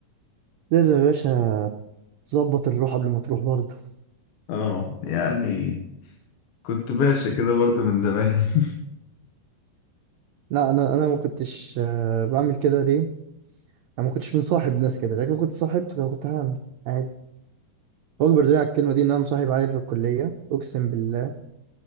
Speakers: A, on the right (about 80°); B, on the left (about 80°).
A: لازم يا باشا تظبط الروح قبل ما تروح برضه
B: اه يعني كنت باشا كده برضه من زمان <laughs>
A: لا انا انا ما كنتش آه، بعمل كده ليه انا ما كنتش مصاحب ناس كده لكن لو كنت صاحبت كان كنت هعمل عادي واكبر دليل على الكلمه دي ان انا مصاحب عيل في الكليه اقسم بالله